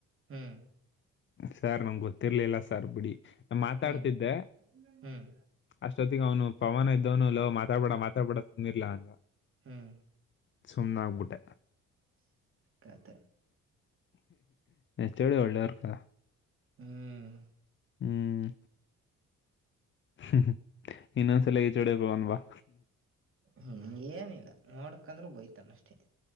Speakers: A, on the right (about 45°); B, on the left (about 40°).
A: ಹ್ಮ್
B: ಸಾರ್ ನಮಗೆ ಗೊತ್ತಿರ್ಲಿಲ್ಲ ಸಾರ್ ಬಿಡಿ ನಾ ಮಾತಾಡ್ತಿದ್ದೆ
A: ಹ್ಮ್ ಹ್ಮ್
B: ಅಷ್ಟೊತ್ತಿಗೆ ಅವನು ಪವನ ಇದ್ದವನು ಲವ್ ಮಾತಾಡ್ಬೇಡ ಮಾತಾಡ್ಬೇಡ ತು್ಿರ್ಲಾ ಅಂದ
A: ಹ್ಮ್
B: ಸುಮ್ನೆ ಆಗ್ಬಿಟ್ಟೆ
A: ಕತೆ
B: ಚಳ ಒಳ್ಳವರ್ಕಾ
A: ಹ್ಮ್
B: ಹ್ಮ್ ಹ್ಮ ಇನ್ನೊಂದು ಸಲಗಚೂಡಿಯ ಪವನ್ವಾ್ಮ
A: ಹ್ಮ್ ಏನಿಲ್ಲ ನೋಡ್ಕಂದ್ರೂ ಬೋಯ್ತಾನ ಅಷ್ಟೇ